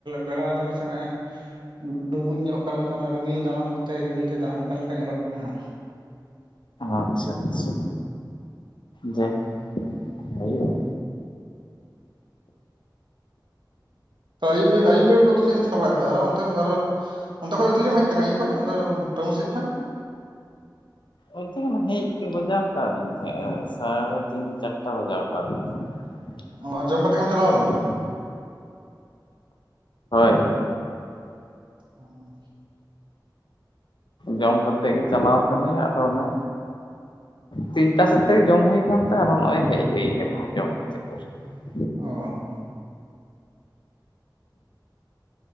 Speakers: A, on the right (about 75°); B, on the left (about 80°).
A: ᱵᱮᱲᱟᱭ ᱫᱚ ᱱᱟᱥᱮᱱᱟᱜ ᱮ ᱰᱩᱵᱩᱡ ᱧᱚᱜ ᱠᱟᱱ ᱞᱮᱠᱟ ᱨᱤᱢᱤᱞ ᱫᱟᱱᱟᱝ ᱛᱮ ᱨᱤᱢᱤᱞ ᱛᱮ ᱫᱟᱱᱟᱝ ᱠᱟᱱ ᱞᱮᱠᱟ ᱧᱮᱞᱚᱜ ᱠᱟᱱᱟ ᱦᱟᱸᱜ
B: ᱟᱪᱪᱷᱟ ᱟᱪᱪᱷᱟ ᱡᱟᱭ ᱦᱩᱭᱩᱜ
A: ᱟᱹᱭᱩᱵ ᱟᱹᱭᱩᱵ ᱵᱮᱨ ᱠᱚᱫᱚ ᱪᱮᱫ ᱮᱢ ᱪᱮᱠᱟ ᱵᱟᱲᱟᱭᱮᱫᱟ ᱟᱨᱚ ᱚᱱᱛᱮ ᱟᱨᱚ ᱚᱱᱛᱮ ᱠᱷᱚᱡ ᱫᱚ ᱛᱤᱨᱮᱢ ᱦᱮᱡ ᱟᱠᱟᱱᱟ ᱤᱭᱟᱹ ᱠᱷᱚᱡ ᱚᱱᱰᱮ ᱴᱟᱹᱣᱩᱱ ᱥᱮᱫ ᱠᱷᱚᱡ
B: ᱚᱱᱛᱮ ᱦᱮᱡ ᱛᱮ ᱵᱟᱡᱟᱣ ᱟᱠᱟᱣᱫᱤᱧ ᱛᱟᱦᱮᱸᱜ ᱥᱟᱲᱮ ᱛᱤᱱᱴᱟ ᱪᱟᱨᱴᱟ ᱵᱟᱡᱟᱣ ᱟᱠᱟᱫᱤᱧ ᱛᱟᱦᱮᱸᱜ <inaudible>
A: ᱚ ᱟᱨ ᱡᱚᱢ ᱠᱟᱛᱮᱜ ᱜᱮᱢ ᱪᱟᱞᱟᱣ ᱞᱮᱱᱟ।
B: ᱦᱳᱭ ᱦᱳᱭ
A: ᱦ
B: ᱡᱚᱢ ᱠᱟᱛᱮᱫ ᱜᱮ ᱪᱟᱞᱟᱣ ᱠᱟᱹᱱᱟᱹᱧ ᱟᱫᱚ ᱚᱱᱮ ᱛᱤᱱᱴᱟ ᱥᱮᱫ ᱛᱮ ᱡᱚᱢ ᱦᱩᱭᱠᱟᱱ ᱛᱮ ᱟᱨᱦᱚᱸ ᱱᱚᱦᱚᱭ ᱦᱮᱡ ᱦᱩᱭ ᱟᱠᱟᱱᱟ ᱡᱚᱢ‌‌‍। ᱪᱮᱠᱚᱥ <unintelligible>
A: ᱚ